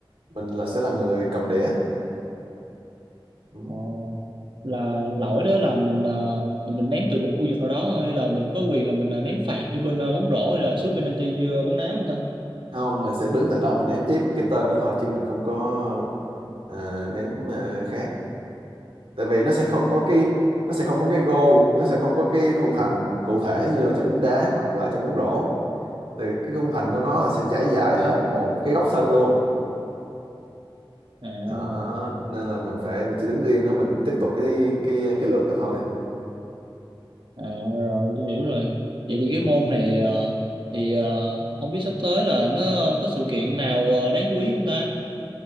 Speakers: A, on the right; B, on the right.
A: mình là sẽ là người cầm đĩa ừ.
B: Ờ, là lỗi đó là mình là mình, mình ném từ một khu vực nào đó thôi hay là mình có quyền là mình ờ, ném phạt như bên ờ, bóng rổ hay là sút penalty như ờ, bóng đá không ta
A: không mình sẽ đứng tại đó mình ném tiếp cái tên đó thôi chứ mình không có ờ, ném ờ, khác tại vì nó sẽ không có cái nó sẽ không có cái goal nó sẽ không có cái khung thành cụ thể như là trong bóng đá hoặc là trong bóng rổ thì cái khung thành của nó là sẽ trải dài hết một cái góc sân luôn
B: à
A: Đó, nên là mình phải mình chỉ đứng yên đó mình tiếp tục cái cái cái lượt đó thôi
B: à rồi tôi hiểu rồi vậy thì
A: ừ.
B: cái môn này ờ, thì ờ, không biết sắp tới là nó có sự kiện nào ờ, đáng chú ý không ta